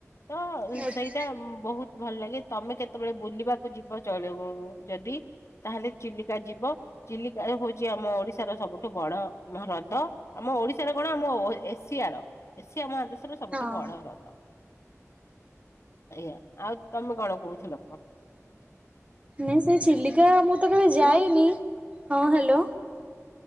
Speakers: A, on the left; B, on the right.
A: ତ
B: ଆଜ୍ଞା
A: ସେଇଟା ବହୁତ୍ ଭଲ ଲାଗେ ତମେ କେତେବେଳେ ବୁଲିବାକୁ ଯିବ ଜଣେଇବ ମୁ ଯଦି ତାହେଲେ ଚିଲିକା ଯିବ। ଚିଲିକାରେ ହୋଇଛି ଆମ ଓଡିଶାର ସବୁଠୁ ବଡ ହ୍ରଦ। ଆମ ଓଡିଶାର କଣ ଆମ ଓ ଏ ଏସିଆର, ଏସିଆ ମହାଦେଶର ସବୁଠୁ
B: ହଁ।
A: ବଡ ହ୍ରଦ। ଆଜ୍ଞା, ଆଉ ତମେ କଣ କହୁଥିଲ କୁହ?
B: ନାଇଁ ସେ ଚିଲିକା ମୁଁ ତ କେବେ ଯାଇନି
A: ହ୍ୟାଲୋ
B: ହଁ ହାଲୋ